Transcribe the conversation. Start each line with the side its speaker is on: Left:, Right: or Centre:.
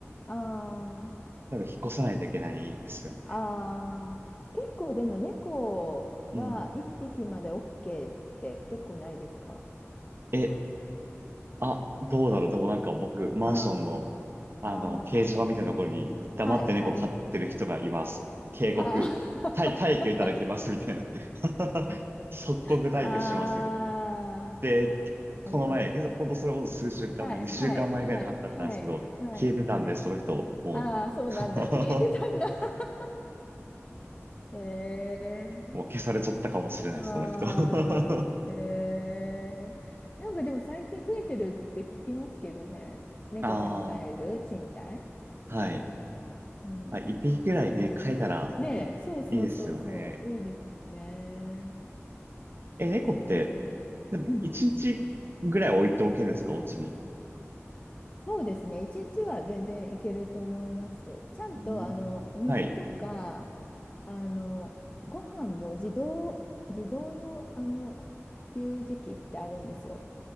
Left: ああ、
Right: 多分引っ越さないといけないですよね。
Left: ああ、結構でも猫は1匹まで
Right: うん。
Left: OK って結構ないですか
Right: え、あ、どうだろう。でもなんか僕、マンションの、
Left: あ
Right: あの、
Left: あ、ああ、
Right: 掲示板みたいなところに黙って猫飼ってる人がいます。
Left: はい、はい。
Right: 警告、
Left: ああ、
Right: 退、退去いただきますみたいな。<laughs> 即刻退去しますみたいな。
Left: <laughs> ああ、
Right: で、この前、
Left: なるほど。
Right: えほんとそれこそ数週間前、
Left: はい、
Right: 2週間前ぐらいに貼ってあったんですけど、
Left: はい、はい、はい、はい、
Right: 消えてたんで、
Left: はい。
Right: その人、もう、
Left: ああ、そうなんだ。
Right: <laughs>
Left: 消えてたんだ。<laughs> へえ
Right: もう消されちゃったかもしれない、
Left: ああ、
Right: その人。<laughs> あ
Left: へえなんかでも最近増えてるって聞きますけどね。猫ちゃん飼える賃貸
Right: あ、はい。
Left: うん。
Right: まあ、一匹ぐらいね、飼えたらね、
Left: ねえ、そうそうそうそう。
Right: いいですよね。
Left: いいですよね。
Right: え、猫って、
Left: えー、
Right: でも、
Left: うん。
Right: 一日ぐらい置いておけるんですか、お家に。
Left: そうですね。一日は全然いけると思います。ちゃんと、
Right: うん。
Left: あの、水とか、
Right: はい。
Left: あの、ご飯も自動、自動の、あの、給餌器ってあるんですよ。